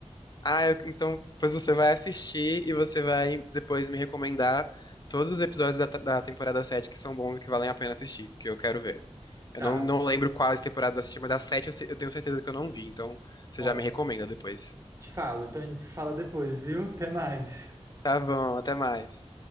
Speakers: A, on the left; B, on the right.
A: Ah, eu- então pois você vai assistir e você vai depois me recomendar todos os episódios da, da temporada 7 que são bons e que valem a pena assistir, porque eu quero ver. Eu
B: Tá,
A: não, não lembro quais temporadas eu assisti, mas a 7 eu, se- eu tenho certeza que eu não vi, então você
B: ó,
A: já me recomenda depois.
B: te falo, então a gente se fala depois, viu? Até mais.
A: Tá bom, até mais.